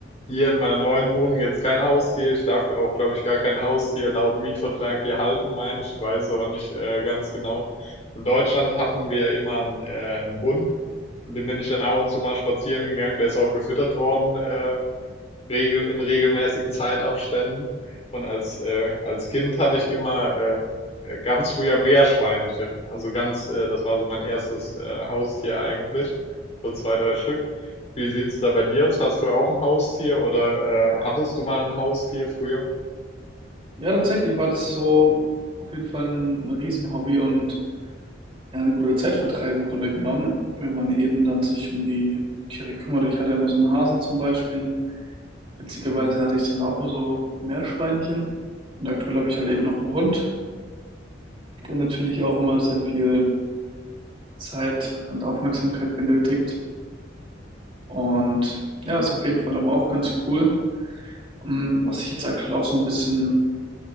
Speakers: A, on the left; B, on the right.
A: hier in meiner neuen Wohnung jetzt kein Haustier. Ich darf auch, glaube ich, gar kein Haustier laut Mietvertrag hier halten, meine ich. Ich weiß aber nicht äh, ganz genau. In Deutschland hatten wir immer einen, äh, einen Hund. Mit dem bin ich dann ab und zu mal spazieren gegangen. Der ist auch gefüttert worden. Äh, regel in regelmäßigen Zeitabständen. Und als, äh, als Kind hatte ich immer äh, äh, ganz früher Meerschweinchen. Also ganz, äh, das war so mein erstes äh, Haustier eigentlich. So zwei, drei Stück. Wie sieht's da bei dir aus? Hast du auch ein Haustier oder äh, hattest du mal ein Haustier früher?
B: Ja, tatsächlich war das so auf jeden Fall ein Riesenhobby und Ja, ein guter Zeitvertreib im Grunde genommen, wenn man eben dann sich um die Tiere kümmert. Ich hatte immer so einen Hasen zum Beispiel. Witzigerweise
A: Mhm.
B: hatte ich dann auch mal so Meerschweinchen. Und aktuell habe ich halt eben noch einen Hund, der natürlich auch immer sehr viel Zeit und Aufmerksamkeit benötigt. Und
A: Mhm.
B: ja, ist auf jeden Fall immer auch ganz cool. Mm, Was ich jetzt aktuell auch so ein bisschen